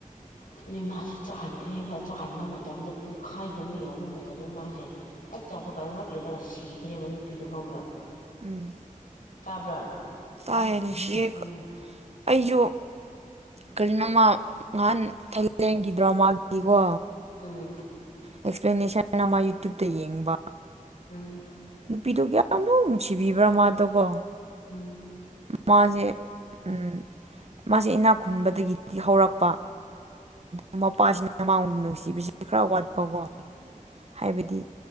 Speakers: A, on the left; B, on the right.
A: ꯑꯗꯩ ꯃꯥꯁꯦ ꯆꯥꯟꯈ꯭ꯔꯦꯕ ꯆꯥꯟꯕ ꯃꯇꯝꯗ ꯄꯨꯡꯈꯥꯏꯒꯨꯝꯕ ꯌꯥꯎꯕ ꯃꯇꯝꯗ ꯃꯥꯁꯦ ꯍꯦꯛ ꯆꯥꯕ ꯀꯥꯟ ꯉꯥꯏꯍꯥꯛ ꯂꯩꯔꯒ ꯁꯤ ꯔꯦꯕ ꯅꯨꯄꯤꯗꯣ ꯈꯪꯕ꯭ꯔꯥ
B: ꯎꯝ
A: ꯇꯥꯕ꯭ꯔꯥ
B: ꯇꯥꯏꯌꯦ ꯅꯨꯡꯁꯤꯌꯦ
A: ꯎꯝ
B: ꯀ ꯑꯩꯁꯨ ꯀꯔꯤꯅꯣꯃ ꯉꯍꯥꯟ ꯊꯥꯏꯂꯦꯟꯒꯤ ꯗ꯭ꯔꯃꯥꯒꯤꯀꯣ
A: ꯎꯝ
B: ꯑꯦꯛꯁꯄ꯭ꯂꯦꯅꯦꯁꯟ ꯑꯃ ꯌꯨꯇ꯭ꯌꯨꯨꯞꯇ ꯌꯦꯡꯕ
A: ꯎꯝ
B: ꯅꯨꯄꯤꯗꯨ ꯀꯌꯥꯃꯨꯛ ꯅꯨꯡꯁꯤꯕꯤꯕ꯭ꯔꯥ ꯃꯥꯗꯣꯀꯣ
A: ꯎꯝ
B: ꯃꯥꯁꯦ ꯎꯝ ꯃꯥꯁꯦ ꯏꯅꯥꯛ ꯈꯨꯟꯕꯗꯒꯤꯗꯤ ꯍꯧꯔꯛꯄ ꯎꯝ ꯃꯄꯥꯁꯤꯅ ꯃꯥꯕꯨ ꯅꯨꯡꯁꯤꯕꯁꯤꯗꯤ ꯈꯔ ꯋꯥꯠꯄꯀꯣ ꯍꯥꯏꯕꯗꯤ